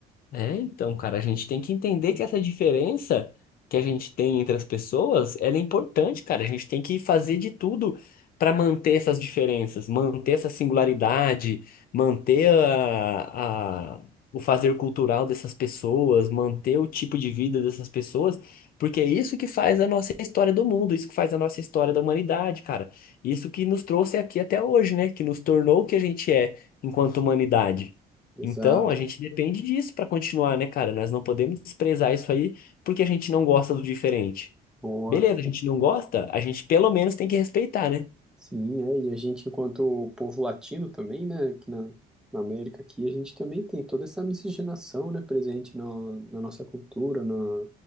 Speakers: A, on the left; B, in the centre.
A: É, então, cara, a gente tem que entender que essa diferença que a gente tem entre as pessoas, ela é importante, cara. A gente tem que fazer de tudo para manter essas diferenças, manter essa singularidade, manter a, a- o fazer cultural dessas pessoas, manter o tipo de vida dessas pessoas, porque é isso que faz a nossa história do mundo, isso que faz a nossa história da humanidade, cara. Isso que nos trouxe aqui até hoje, né? Que nos tornou o que a gente é enquanto humanidade.
B: Exato,
A: Então, a gente depende disso para continuar, né, cara? Nós não podemos desprezar isso aí porque a gente não gosta do diferente.
B: boa.
A: Beleza, a gente não gosta, a gente pelo menos tem que respeitar, né?
B: Sim, é, e a gente, enquanto povo latino também, né, aqui na, na América aqui, a gente também tem toda essa miscigenação, né, presente no, na nossa cultura, na,